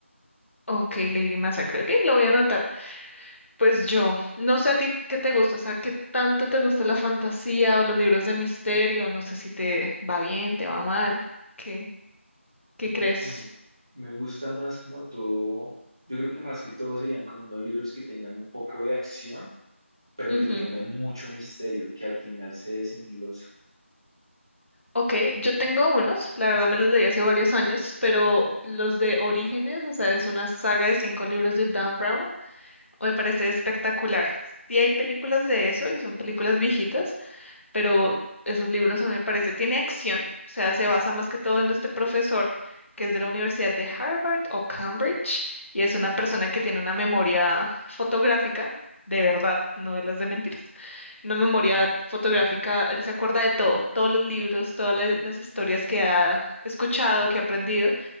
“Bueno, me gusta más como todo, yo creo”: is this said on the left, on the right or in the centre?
Right